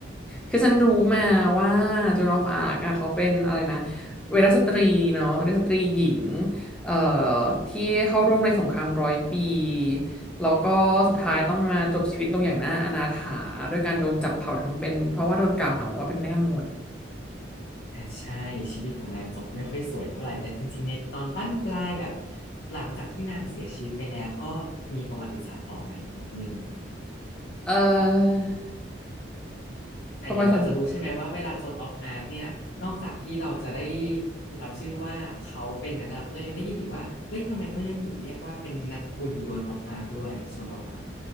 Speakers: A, in the centre; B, on the left.
A: คือฉันรู้มาว่าโจนออฟอาร์อะเขาเป็นอะไรนะเวรสตรีเนาะเวรสตรีหญิงเอ่อที่เข้าร่วมในสงครามร้อยปีแล้วก็สุดท้ายต้องมาจบชีวิตลงอย่างน่าอนาถาโดยการโดนจับเผาทั้งเป็นเพราะว่าโดนกล่าวหาว่าเป็นแม่มด
B: อ่ะใช่ชีวิตของนางจบไม่ค่อยสวยเท่าไหร่แต่จริงๆในตอนบั้นปลายแบบหลังจากที่นางเสียชีวิตไปแล้วก็มีประวัติศาสตร์ต่อมาอีกนิดนึง
A: เออ
B: อ่ะอย่างเราจะรู้ใช่ไหมว่าเวลาโซนออฟอาร์คเนี่ยนอกจากที่เราจะได้
A: บบริษัท
B: รับชื่อว่าเขาเป็นนั้นแล้วเรายังได้ยินอีกว่าเฮ้ยทำไมเขายังถูกเรียกว่าเป็นนักบุญโยนออฟอาร์คด้วยโซนออฟอาร์ค